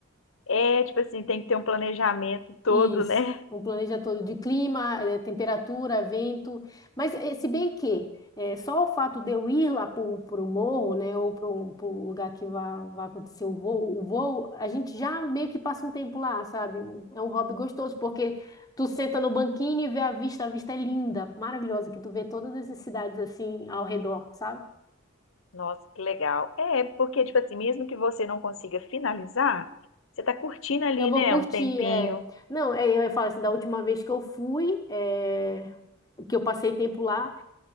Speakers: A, on the left (about 65°); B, on the left (about 15°).
A: É, tipo assim, tem que ter um planejamento todo,
B: Isso,
A: né?
B: um planeta todo de clima, eh, temperatura, vento. Mas eh, se bem que eh, só o fato de eu ir lá pro, pro morro, né, ou pro, pro lugar que vai, vai acontecer o voo, o voo, a gente já meio que passa um tempo lá, sabe? É um hobby gostoso, porque tu senta no banquinho e vê a vista, a vista é linda, maravilhosa, que tu vê todas essas cidades assim ao redor, sabe?
A: Nossa, que legal. É, porque, tipo assim, mesmo que você não consiga finalizar, você tá curtindo ali,
B: Eu vou
A: né?
B: curtir,
A: Um tempinho.
B: é... Não, é, eu falo assim, da última vez que eu fui, é, que eu passei tempo lá,